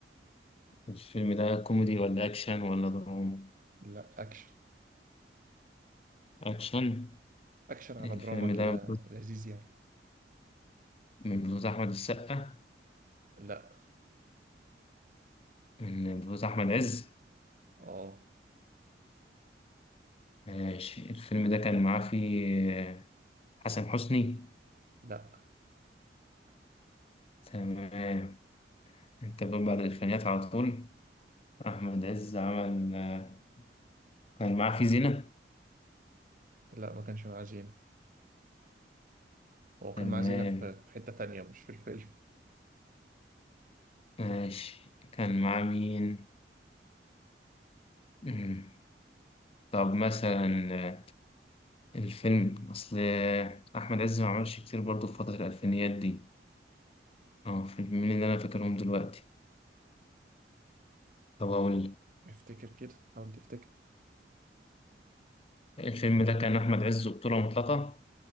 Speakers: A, on the left; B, on the right.
A: الفيلم ده كوميدي ولا أكشن ولا دراما؟
B: لا اكشن
A: أكشن
B: اكشن على
A: الفيلم
B: دراما كده
A: ده
B: لذيذ يعني
A: من بطولة أحمد السقا
B: لا
A: من بطولة أحمد عز
B: اه
A: ماشي الفيلم ده كان معاه فيه آه، حسن حسني
B: لا
A: تمام أنت بتقول بعد الألفينيات على طول أحمد عز عمل آه، كان معاه فيه زينة
B: لا ما كانش معاه زينة هو كان
A: تمام
B: معاه زينة في في حتة تانية مش في الفيلم
A: ماشي كان معاه مين؟ مم. طب مثلا آه، الفيلم أصل آه، أحمد عز ما عملش كتير برضه في فترة الألفينيات دي اه فيلمين اللي انا فاكرهم دلوقتي طب اقول لك.
B: افتكر كده حاول تفتكر
A: الفيلم ده كان احمد عز وبطولة مطلقة